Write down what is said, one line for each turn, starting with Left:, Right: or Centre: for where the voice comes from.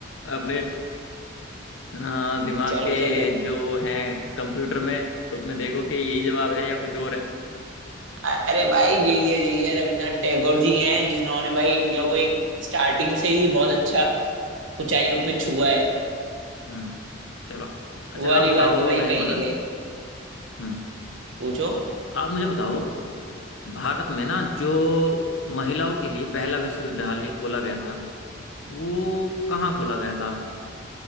Left: अपने हाँ, दिमाग
Right: चलो
Left: के
Right: चलो
Left: जो है कंप्यूटर में उसमें देखो कि यही जवाब है या कुछ और है
Right: अरे भाई जे ये जे ये रविन्द्रनाथ टैगोर जी हैं जिन्होंने भाई इंडिया को एक स्टार्टिंग से ही बहुत अच्छा ऊंचाइयों पे छुआ है
Left: हम्म चलो अच्छा
Right: वो वाली
Left: आप बताओ
Right: बात तो भाई
Left: मेरे
Right: कहीं
Left: को ना
Right: नहीं गई
Left: हम्म
Right: पूछो
Left: आप मुझे बताओ भारत में ना जो महिलाओं के लिए पहला विश्वविद्यालय खोला गया था वो कहाँ खोला गया था